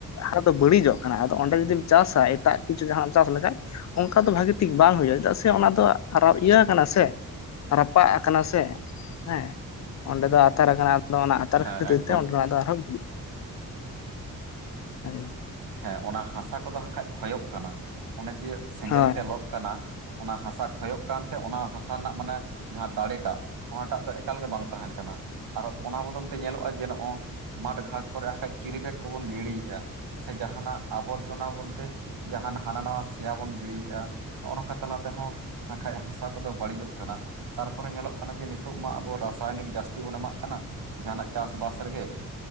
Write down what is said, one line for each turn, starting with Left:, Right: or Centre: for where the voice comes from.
Left: ᱦᱟᱥᱟ ᱫᱚ ᱵᱟᱹᱲᱤᱡᱚᱜ ᱠᱟᱱᱟ ᱟᱫᱚ ᱚᱸᱰᱮ ᱡᱚᱫᱤᱢ ᱪᱟᱥᱟ ᱮᱴᱟᱜ ᱠᱤᱪᱷᱩ ᱡᱟᱦᱟᱸᱱᱟᱜ ᱮᱢ ᱪᱟᱥ ᱞᱮᱠᱷᱟᱱ ᱚᱱᱠᱟ ᱫᱚ ᱵᱷᱟᱹᱜᱤ ᱴᱷᱤᱠ ᱵᱟᱝ ᱦᱩᱭᱩᱜᱼᱟ ᱪᱮᱫᱟᱜ ᱥᱮ ᱚᱱᱟ ᱫᱚ ᱟᱨᱚ ᱤᱭᱟᱹ ᱱᱟ ᱥᱮ ᱨᱟᱯᱟᱜ ᱠᱟᱱᱟ ᱥᱮ ᱦᱮᱸ ᱚᱸᱰᱮ ᱫᱚ ᱟᱛᱟᱨ ᱟᱠᱟᱱᱟ ᱟᱫᱚ ᱚᱱᱟ ᱟᱛᱟᱨ
Right: ᱦᱮᱸ
Left: ᱠᱷᱟᱹᱛᱤᱨ
Right: ᱮᱠᱫᱚᱢ
Left: ᱛᱮ ᱚᱸᱰᱮᱱᱟᱜ ᱫᱚ ᱟᱨᱦᱚᱸ ᱦᱩᱭᱩᱜᱼᱟ ᱦᱮᱸ ᱦᱳᱭ
Right: ᱦᱮᱸ ᱚᱱᱟ ᱦᱟᱥᱟ ᱠᱚ ᱫᱚ ᱦᱟᱸᱜ ᱠᱷᱟᱡ ᱠᱷᱚᱭᱚᱜ ᱠᱟᱱᱟ ᱚᱱᱮ ᱡᱮ ᱥᱮᱸᱜᱮᱞ
Left: ᱦᱮᱸ
Right: ᱛᱮ ᱞᱚᱜ ᱠᱟᱱᱟ ᱚᱱᱟ ᱦᱟᱥᱟ ᱠᱷᱚᱭᱚᱜ ᱠᱟᱱᱛᱮ ᱚᱱᱟ ᱦᱟᱥᱟ ᱨᱮᱱᱟᱜ ᱢᱟᱱᱮ ᱡᱟᱦᱟᱸ ᱫᱟᱲᱮ ᱴᱟᱜ ᱚᱱᱟᱴᱟᱜ ᱫᱚ ᱮᱠᱟᱞ ᱜᱮ ᱵᱟᱝ ᱛᱟᱦᱮᱸᱱ ᱠᱟᱱᱟ ᱟᱨ ᱚᱱᱟ ᱵᱚᱫᱚᱞ ᱛᱮ ᱧᱮᱞᱚᱜᱼᱟ ᱡᱮ ᱱᱚᱜᱼᱚᱭ ᱢᱟᱴᱷ ᱜᱷᱟᱴ ᱠᱚ ᱨᱮᱠᱷᱟᱡ ᱠᱮᱨᱤᱵᱮᱜᱽ ᱠᱚᱵᱚᱱ ᱜᱤᱲᱤᱭᱮᱫᱼᱟ ᱥᱮ ᱡᱟᱦᱟᱱᱟᱜ ᱟᱵᱚᱨᱡᱚᱱᱟ ᱵᱚᱞᱛᱮ ᱡᱟᱦᱟᱱ ᱦᱟᱱᱟ ᱱᱟᱣᱟ ᱥᱮᱭᱟ ᱵᱚᱱ ᱜᱤᱲᱤᱭᱮᱫᱼᱟ ᱱᱚᱜᱼᱚ ᱱᱚᱝᱠᱟ ᱛᱟᱞᱟ ᱛᱮᱦᱚᱸ ᱵᱟᱠᱷᱟᱡ ᱦᱟᱥᱟ ᱠᱚᱫᱚ ᱵᱟᱹᱲᱤᱡᱚᱜ ᱠᱟᱱᱟ᱾ ᱛᱟᱨᱯᱚᱨᱮ ᱧᱮᱞᱚᱜ ᱠᱟᱱᱟ ᱡᱮ ᱱᱤᱛᱚᱜ ᱢᱟ ᱟᱵᱚ ᱨᱟᱥᱟᱭᱚᱱᱤᱠ ᱡᱟᱹᱥᱛᱤ ᱵᱚᱱ ᱮᱢᱟᱜ ᱠᱟᱱᱟ᱾ ᱡᱟᱦᱟᱱᱟᱜ ᱪᱟᱥᱵᱟᱥ ᱨᱮᱜᱮ